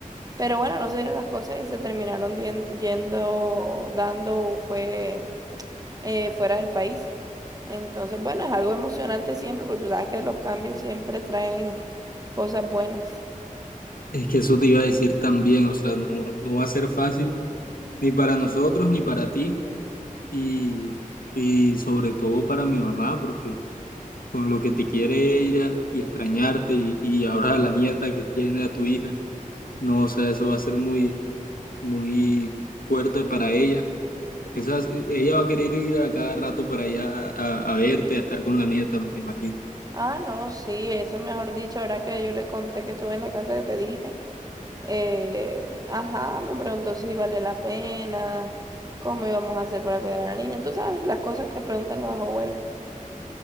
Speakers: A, on the right; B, on the left.
A: pero bueno, no se dieron las cosas y se terminaron dien- yendo, dando, fue eh, fuera del país. Entonces, bueno, es algo emocionante siempre, porque tú sabes que los cambios siempre traen cosas buenas.
B: Es que eso te iba a decir también, o sea, no, no va a ser fácil ni para nosotros, ni para ti, y, y sobre todo para mi mamá, porque con lo que te quiere ella y extrañarte, y, y ahora la nieta que tiene a tu hija, no, o sea, eso va a ser muy, muy fuerte para ella. Esas, ella va a querer ir a cada rato para allá a, a verte, a estar con la nieta, me imagino.
A: Ah, no, sí, eso mejor dicho, ahora que yo le conté que estuve en la casa que te dije. Eh, ajá, me preguntó si valía la pena, cómo íbamos a hacer para cuidar a la niña. Tú sabes, las cosas que preguntan los abuelos.